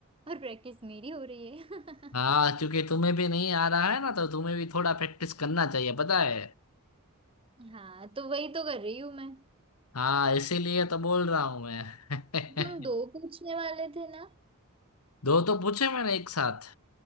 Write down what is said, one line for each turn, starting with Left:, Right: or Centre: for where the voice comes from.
Right: और प्रैक्टिस मेरी हो रही है
Left: हाँ क्योंकि तुम्हें भी नहीं आ रहा है ना तो तुम्हें भी थोड़ा प्रैक्टिस करना चाहिए पता है
Right: हाँ तो वही तो कर रही हूँ मैं
Left: हाँ इसीलिए तो बोल रहा हूँ मैं
Right: तुम दो पूछने वाले थे ना
Left: <laughs> दो तो पूछे मैंने एक साथ